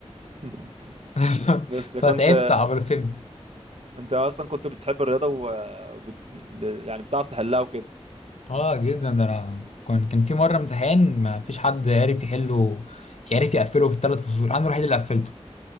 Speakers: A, on the right; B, on the left.
A: <laughs>
B: <laughs>
A: بس
B: فتعبت
A: كنت
B: عبال فهمت
A: انت اصلا كنت بتحب الرياضه و... وبت... ب... يعني بتعرف تحلها وكده
B: اه جدا ده انا كان كان في مره امتحان ما فيش حد عرف يحله يعرف يقفله في الثلاث فصول انا الوحيد اللي قفلته